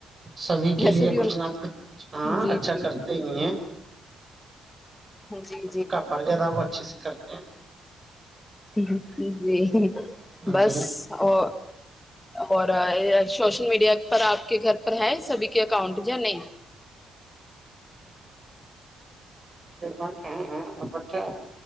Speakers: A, on the right; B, on the left.
A: سبھی کے
B: ویسے
A: لیے
B: بھی
A: کچھ
B: ان
A: نہ کچھ ہاں
B: جی
A: اچھا
B: جی
A: کرتے ہی ہیں
B: جی
A: ان کا پرجیدہ وہ اچھے سے کرتے ہیں
B: جی
A: ہیں
B: بس
A: جی
B: ہو ہو رہا اچھا سوشل میڈیا پر آپ کے گھر پر ہے سبھی کے اکاؤنٹ یا نہیں
A: آپٹھا